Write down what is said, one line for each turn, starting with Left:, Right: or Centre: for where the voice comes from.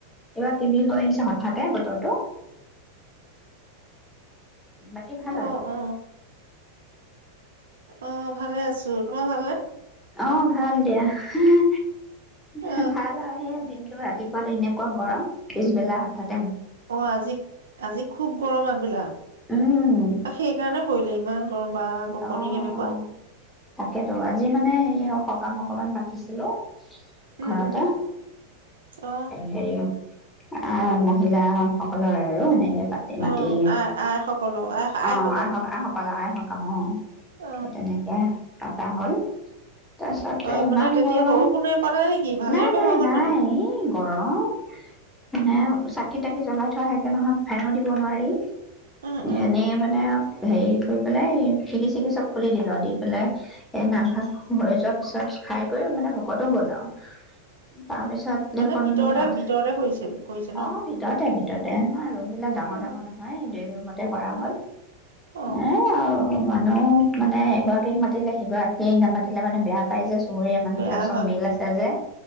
Centre: কিবা কিবি হৈ আহিছে হঠাতে বতৰটো বাকী ভাল
Right: অ
Centre: আৰু
Right: অ অ' ভালে আছোঁ তোমাৰ ভাল নে?
Centre: অ' ভাল দিয়া হিহি
Right: অ
Centre: হেহ ভাল আৰু সেয়া দিনটো ৰাতিপুৱাট এনেকোৱা গৰম পিছবেলা হঠাৎ,
Right: অ আজি আজি খুব গৰম আগবেলা
Centre: উম
Right: আৰু সেই কাৰণে পৰিলে, ইমান, <inaudible>
Centre: অ তাকেতো আজি মানে সেই সকাম অকনমান পাতিছিলো
Right: উম
Centre: ঘৰতে
Right: উম অ
Centre: হেৰি আ মহিলা সকলৰ আৰু এনেকে পাতি
Right: অ
Centre: মাতি
Right: আই আই সকলৰ আই
Centre: অ
Right: সকাম
Centre: আই আইসকলৰ আইসকলৰ কওঁ
Right: অ
Centre: সেইটো নাই কেইটা হ'ল? তাৰপিছতে
Right: অ
Centre: ইমান
Right: মানে তেতিয়া
Centre: গৰম।
Right: বৰষুণে পালে নেকি ভালে
Centre: নাই,
Right: ৰূপে
Centre: নাই,
Right: হৈ গ'ল
Centre: নাই
Right: মানে
Centre: সেই গৰম মানে চাকি-তাকি জ্বলাই থোৱা থাকে নহয়, ফেনো দিব নোৱাৰি
Right: উম উম
Centre: এনেই মানে আৰু হেৰি কৰি পেলাই খিৰিকী-চিৰিকি চব খুলি দিলো অদি পেলে এ নামভাগ হৈ যোৱাৰ পিছত খাই কৰি মানে ভকতো গল আৰু তাৰপিছত দেখোন
Right: মানে ভিতৰতে
Centre: হত,
Right: ভিতৰতে কৰিছে কৰিছে ন
Centre: অ ভিতৰতে ভিতৰতে অ ৰুম বিলাক ডাঙৰ
Right: অ
Centre: ডাঙৰ নহয় ডইং ৰুমতে কৰা
Right: অ
Centre: হ'ল
Right: অ
Centre: এ আৰু মানুহ মানে এগ এস মাতিলে সিগৰাকীক নামাতিলে মানে বেয়া পায় যে পহৰীয়া মানুহ
Right: বেয়া
Centre: বিলাক চব
Right: হয়
Centre: মিল আছে যে,